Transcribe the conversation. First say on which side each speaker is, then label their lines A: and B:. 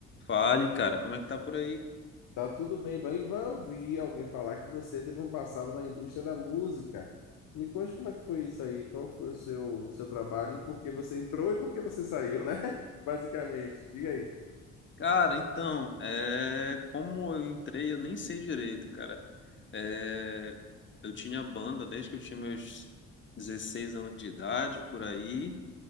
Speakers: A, on the left; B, on the left.
A: Fale, cara, como é que tá por aí?
B: Tá tudo bem, vai, vai ouvir alguém falar que você teve um passado na indústria da música. Me conte como é que foi isso aí, qual foi o seu, o seu trabalho e por que você entrou e por que você saiu, né? <laughs> Basicamente, diga aí.
A: Cara, então, é, como eu entrei, eu nem sei direito, cara. É, eu tinha banda desde que eu tinha meus 16 anos de idade, por aí,